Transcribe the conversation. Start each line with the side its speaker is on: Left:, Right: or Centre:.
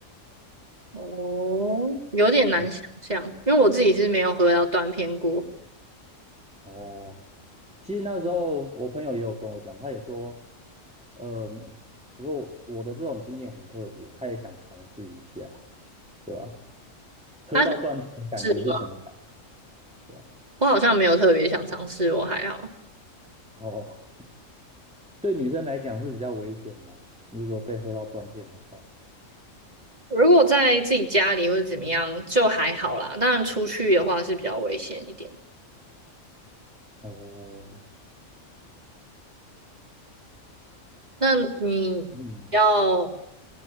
Right: 哦，有点难想象，
Centre: 嗯，
Right: 因为我自己是没有喝到断片过。
Centre: 哦，其实那时候我朋友也有跟我讲，他也说，呃，我说我的这种经验很特别，他也想尝试一下，对吧？喝到断片的感觉是什么感觉？
Right: 他是吗？
Centre: 对吧？
Right: 我好像没有特别想尝试，我还好。
Centre: 哦。对女生来讲是比较危险的啊，如果被喝到断片的话。
Right: 如果在自己家里或者怎么样，就还好啦。当然出去的话是比较危险一点。
Centre: 哦，
Right: 那你要
Centre: 嗯